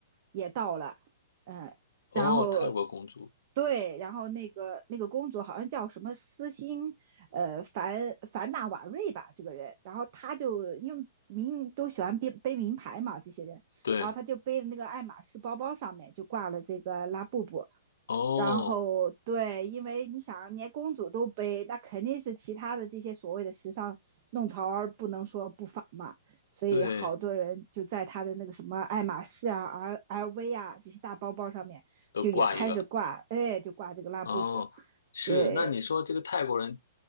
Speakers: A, on the right; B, on the left.
A: 也到了，嗯，
B: 哦，
A: 然后
B: 泰国公主，
A: 对，然后那个那个公主好像叫什么斯欣，呃，凡凡纳瓦瑞吧，这个人，然后她就因为名都喜欢背背名牌嘛，这些人，
B: 对，
A: 然后她就背的那个爱马仕包包上面就挂了这个拉布布，
B: 哦，
A: 然后对，因为你想，连公主都背，那肯定是其他的这些所谓的时尚弄潮儿不能说不反嘛。所以好多人就在他的那个什么爱马仕啊、
B: 对，
A: L LV 啊这些大包包上面，
B: 都挂一个。
A: 就也开始挂，哎，就挂这个拉布布。
B: 哦，是，
A: 对，
B: 那你说这个泰国人